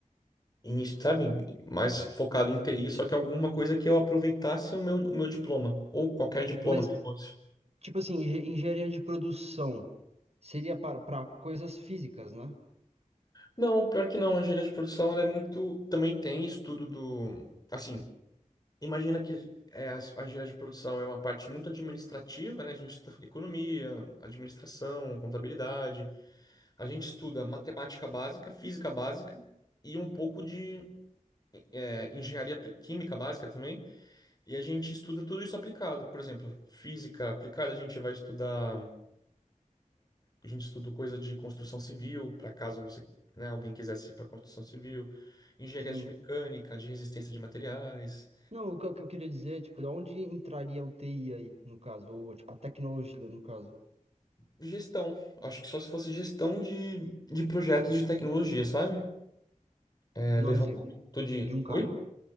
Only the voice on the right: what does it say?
Mas
Tipo assim, engen- engenharia de produção seria para para coisas físicas, né?
Sim.
Não, o que, eu- o que eu queria dizer é, tipo, onde entraria o TI aí, no caso, ou tipo, a tecnologia, no caso.
Tipo,
dá um exemplo
de um cargo.